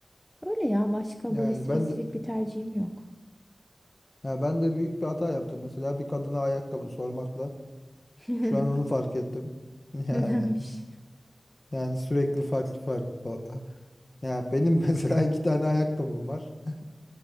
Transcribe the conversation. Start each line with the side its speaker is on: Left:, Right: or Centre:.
Centre: Öyle ya başka
Left: Yani
Centre: böyle spesifik
Left: ben de
Centre: bir tercihim yok.
Left: ya ben de büyük bir hata yaptım. Mesela bir kadına ayakkabı sormakla
Centre: <laughs>
Left: şu an onu fark ettim. <laughs> Yani
Centre: <laughs> Nedenmiş?
Left: yani sürekli farklı farklı farklı. Ya benim <laughs> mesela iki tane ayakkabım var. <laughs>